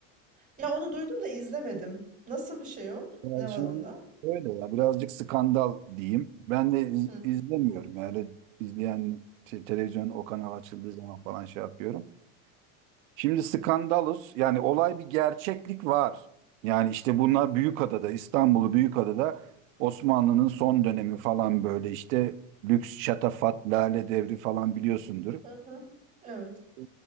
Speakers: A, on the right (about 20°); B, on the right (about 75°).
A: Ya onu duydum da izlemedim. Nasıl bir şey o?
B: Yani
A: Ne
B: şimdi
A: var onda?
B: şöyle ya birazcık skandal diyeyim. Ben de iz-
A: Hı.
B: izlemiyorum yani izleyen şey, televizyon o kanal açıldığı zaman falan şey yapıyorum. Şimdi skandalus yani olay bir gerçeklik var. Yani işte bunlar Büyükada'da İstanbul'u Büyükada'da Osmanlı'nın son dönemi falan böyle işte lüks şatafat lale devri falan biliyorsundur.
A: Hı hı. Evet.
B: Ee,